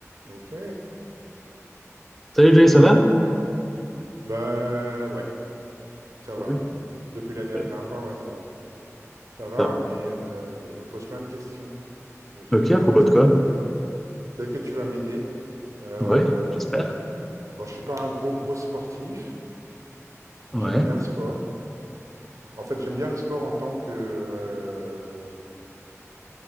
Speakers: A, on the right; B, in the centre.
A: Ok,
B: Salut Jay,
A: ok,
B: ça va?
A: ok. Bah ouais, ça
B: Oui,
A: va. Depuis la dernière
B: parfait.
A: fois, ouais, ça va. Ça va,
B: Parfait.
A: mais euh, je me pose plein de questions. Mais je,
B: Ok,
A: je
B: à
A: sais pas,
B: propos
A: ça
B: de quoi?
A: se trouve peut-être. Peut-être que tu vas m'aider. Euh,
B: Ouais, j'espère.
A: bon, je suis pas un gros gros sportif, mais
B: Ouais.
A: j'aime bien le sport. En fait, j'aime bien le sport en tant que euh,